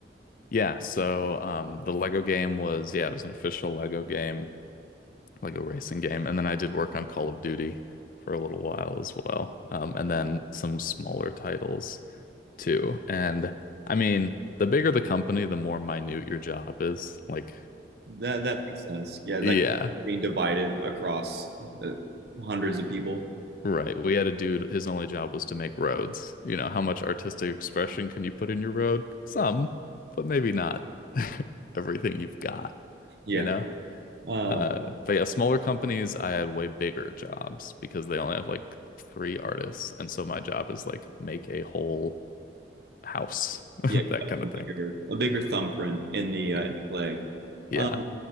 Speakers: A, on the left; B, on the right.
A: Yeah, so um the Lego game was yeah, it was an official Lego game, Lego racing game. And then I did work on Call of Duty for a little while as well. Um, and then some smaller titles. too. And I mean, the bigger the company, the more minute your job is. Like,
B: That that makes sense. Yeah, like
A: yeah,
B: being divided across uh, hundreds of people.
A: right. We had a dude, his only job was to make roads. You know, how much artistic expression can you put in your road? Some, but maybe not <laughs> everything you've got,
B: Yeah.
A: you know?
B: Um,
A: Uh, but yeah, smaller companies, I had way bigger jobs because they only have like three artists. And so my job is like make a whole house, <laughs>
B: yeah,
A: that
B: having
A: kind of
B: a
A: thing.
B: bigger a bigger thumbprint in the
A: Y-
B: uh, in the clay.
A: Yeah.
B: Um,